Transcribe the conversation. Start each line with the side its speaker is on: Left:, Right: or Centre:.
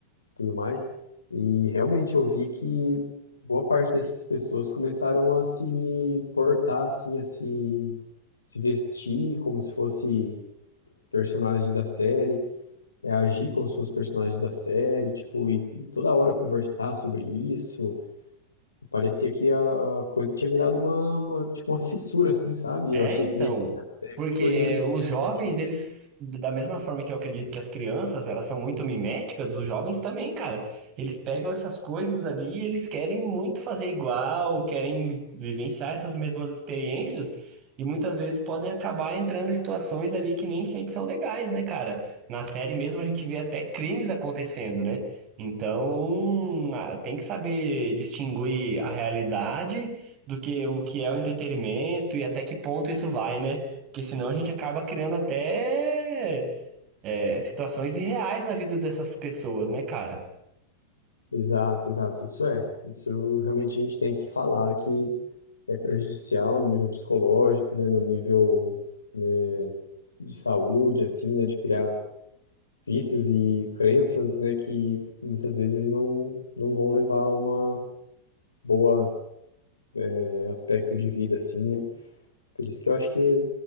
Left: tudo mais. E realmente eu vi que boa parte dessas pessoas começaram a se portar assim, a se, se vestir como se fosse personagens da série, é, agir como se fossem personagens da série, tipo, e, e toda hora conversar sobre isso. E parecia que a, a coisa tinha virado uma, uma, tipo, uma fissura, assim, sabe? E
Right: É,
Left: Eu achei
Right: então,
Left: que nesse aspecto
Right: porque
Left: foi meio,
Right: os
Left: meio
Right: jovens,
Left: negativo.
Right: eles, da mesma forma que eu acredito que as crianças, elas são muito miméticas, os jovens também, cara. Eles pegam essas coisas ali e eles querem muito fazer igual, querem vivenciar essas mesmas experiências e muitas vezes podem acabar entrando em situações ali que nem sempre são legais, né, cara? Na série mesmo a gente vê até crimes acontecendo, né? Então, ah, tem que saber distinguir a realidade do que o que é o entretenimento e até que ponto isso vai, né? Porque senão a gente acaba criando até é, situações irreais na vida dessas pessoas, né, cara?
Left: Exato, exato, isso é. Isso realmente a gente tem que falar que é prejudicial no nível psicológico, né, no nível, né, de saúde, assim, né, de criar vícios e crenças, né, que muitas vezes não, não vão levar a uma boa eh, aspecto de vida, assim, né. Por isso que eu acho que